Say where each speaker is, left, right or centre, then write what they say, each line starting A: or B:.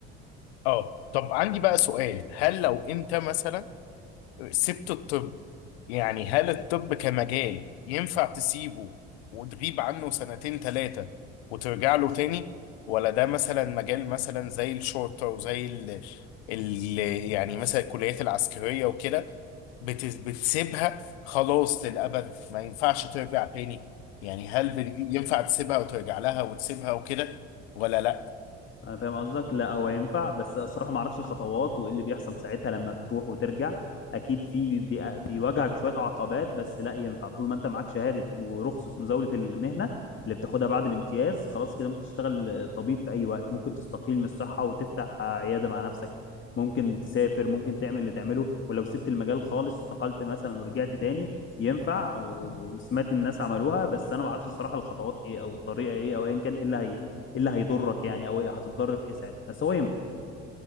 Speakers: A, on the left; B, on the left.
A: اه طب عندي بقى سؤال هل لو انت مثلا سبت الطب يعني هل الطب كمجال ينفع تسيبه وتغيب عنه سنتين ثلاثة وترجع له تاني ولا ده مثلا مجال مثلا زي الشرطة وزي ال... ال... يعني مثلا الكليات العسكرية وكده بت... بتسيبها خلاص للأبد ما ينفعش ترجع تاني يعني هل بت- ينفع تسيبها وترجع لها وتسيبها وكده ولا لا
B: انا فاهم قصدك لا هو ينفع بس الصراحه ما اعرفش الخطوات وايه اللي بيحصل ساعتها لما بتروح وترجع اكيد في بي بي بيواجهك شويه عقبات بس لا ينفع طول ما انت معاك شهاده ورخصه مزاوله المهنه اللي بتاخدها بعد الامتياز خلاص كده ممكن تشتغل طبيب في اي وقت ممكن تستقيل من الصحه وتفتح عياده مع نفسك ممكن تسافر ممكن تعمل اللي تعمله ولو سبت المجال خالص استقلت مثلا ورجعت تاني ينفع وسمعت الناس عملوها بس انا ما اعرفش الصراحه الخطوات ايه او الطريقه ايه او ايا كان ايه اللي هي ايه اللي هيضرك يعني او إيه هتتضر في ايه ساعتها بس هو ينفع